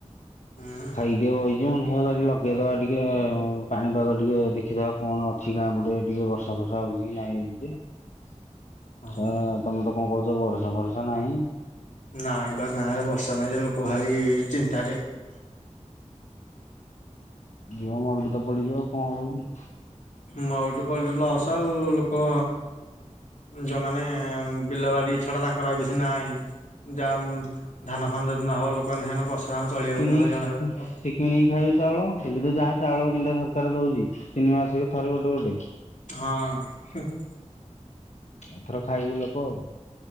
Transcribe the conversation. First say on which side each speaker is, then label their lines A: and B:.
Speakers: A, on the left (about 80°); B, on the left (about 70°).
A: ହୁଁ
B: ଖାଇକି ଟିକେ ବଇଛି। ମୁ କହିଲି ଏ କ ଲଗେଇଦବା ଟିକେ ପାଣିପାଗ ଟିକେ ଦେଖିଦବା। କଣ ଅଛି ଗାଁ ପଟେ ଟିକେ ବର୍ଷା ଫର୍ଷା ହଉଛି କି ନାଇଁ <unintelligible>
A: ହଁ
B: ତମେ ତ କଣ କହୁଛ ଭରସା ଭରସା ନାହିଁ।
A: ନା ଏବେ ଗାଁ ରେ ବର୍ଷା ନାହିଁ ଯେ ଲୋକ ଭାରି ଚିନ୍ତାରେ।
B: ଯିବା ମ ଅମୃତ ପଡିଯିବ ଆଉ କଣ ହବ କି?
A: ମାଉଟି ପଡିଲୁ ଲସ ଆଉ ଲୋକ ଯୋଉମାନେ ବିଲ ବାଡି ଛଡା ତାଙ୍କର ଆଉ ବେଶୀ ନହିଁ। ଯା ଧାନ ଫାନ ଯଦି ନହବ ଲୋକମାନେ ସେମାନେ ବର୍ଷା ହ ଚଳିବାକୁଣି
B: କିଣିକି
A: ହଇରାଣ ହେବେ ଆଉ।
B: ସେ କିଣିକି ଖାଇବୁ ଚାଉଳ ଏବେ ତ ଯାହା ଚାଉଳ କିଣଟା ସରକାର ଦଉଛି ତିନି ମାସ ଥରେ ଗୋଟେ ଗୋଟେ।
A: ହଁ।
B: ଏଥର ଖାଇବି ଲୋକ ଆଉ।